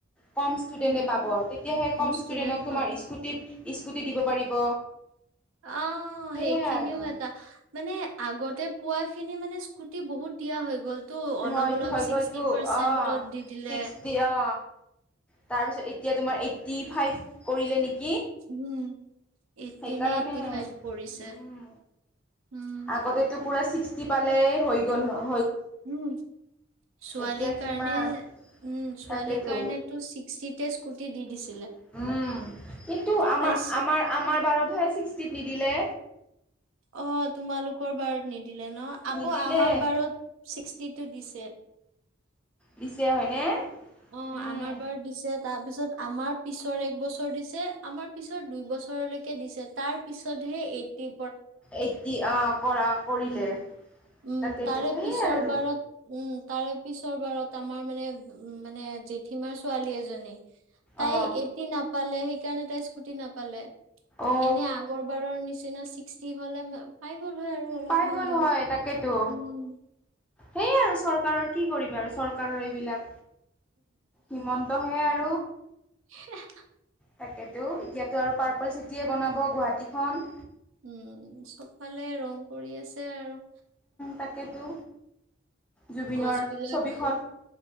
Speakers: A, in the centre; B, on the right (about 80°).
A: কম ষ্টুডেণ্টে
B: উম,
A: পাব। তেতিয়া সেই কম
B: ষ্টুডেন্ট
A: ষ্টুডেণ্টক তোমাৰ
B: পাব
A: স্কুটিত স্কুটি দিব পাৰিব।
B: অ',
A: সেইয়াই
B: সেইখিনিও
A: আৰু
B: এটা। মানে আগতে পোৱা খিনি মানে স্কুটি বহুত দিয়া হৈ গ'লতো অলপ
A: হয়
B: অলপ
A: হয়
B: ছিক্সটি
A: গ'লটো।
B: পাৰ্চেন্টত
A: অ,
B: দি দিলে
A: ছিক্সটি অ তাৰপিছত এতিয়া তোমাৰ এইড ডি ফাইভ কৰিলে নেকি?
B: উম'। এইটি
A: সেইকাৰণে
B: নে এইটি ফাইভ কৰিছে।
A: উম
B: উম।
A: আগতেতো পুৰা ছিক্সটি পালেই হৈ গ'ল হয়।
B: উম। ছোৱালীৰ
A: এতিয়া
B: কাৰণে,
A: কিমান
B: উম ছোৱালীৰ
A: তাকেতো
B: কাৰণেটো ছিক্সটিতে স্কুটি দি দিচে
A: উম, কিন্তু আমাৰ,
B: পাইছো
A: আমাৰ, আমাৰ বাৰতহে ছিক্সটিত নিদিলে।
B: অ', তোমালোকৰ বাৰত নি দিলে ন। আকৌ
A: নিদিলে
B: আমাৰ বাৰত ছিক্সটি দিছে।
A: দিছে হয়নে?
B: অ',
A: উম
B: আমাৰ বাৰত দিছে তাৰ পিছত আমাৰ পিছৰ এক বছৰ দিছে। আমাৰ পিছৰ দুইবছৰলৈকে দিছে। তাৰ পিছতহে এটিটটি
A: এইটটি আহ', কৰা কৰিলে
B: উম-উম,
A: তাকেইতো
B: তাৰে
A: সেইয়াই
B: পিছৰ
A: আৰু
B: বাৰত উম, তাৰে পিছৰ বাৰত আমাৰ মানে, মানে জেঠীমাৰ ছোৱালী এজনী। তাই
A: অ
B: এইটি না পালে, সেইকাৰণে তাই স্কুটি নাপালে।
A: অ
B: এনে আগৰ বাৰৰ নিচিনা হ'লে পাই গ'ল হৈ আৰু অলপমান
A: পাই গ'ল
B: দিলে।
A: হয় তাকেটো।
B: উম
A: সেই আৰু চৰ কাৰণ কি কৰিবা আৰু চৰকাৰৰ এইবিলাক। হিমন্ত হে আৰু
B: <inaudible>
A: তাকেতো এতিয়াতো আৰু পাৰ্পল চিটিয়ে বনাব গুৱাহাটীখন।
B: উম, চ'বফালে ৰং কৰি আছে আৰু।
A: তাকেটো। জুবিনৰ
B: গছ বিলাক
A: ছবিখন